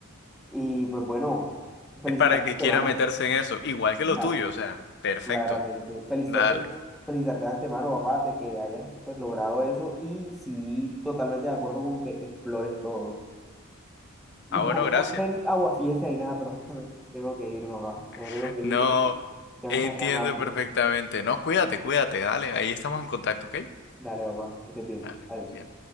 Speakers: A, in the centre; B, on the left.
A: Y pues bueno, felicitarte
B: es para el que
A: de
B: quiera
A: antemano,
B: meterse en eso, igual que lo
A: <laughs>
B: tuyo, o sea, perfecto.
A: claramente. Felicitarte,
B: Dale.
A: felicitarte de antemano, papá, de que hayas pues logrado eso. Y sí, totalmente de acuerdo con que explores todo. Y
B: Ah,
A: para
B: bueno,
A: no
B: gracias.
A: hacer aguafiesta y nada, pero justamente ya tengo que ir, papá. Ya
B: <laughs>
A: tengo que ir
B: No,
A: porque ya
B: entiendo
A: me están llamando.
B: perfectamente. No, cuídate, cuídate, dale, ahí estamos en contacto, ¿ok?
A: Dale, papá, que estés bien.
B: Dale.
A: Adiós.
B: bien.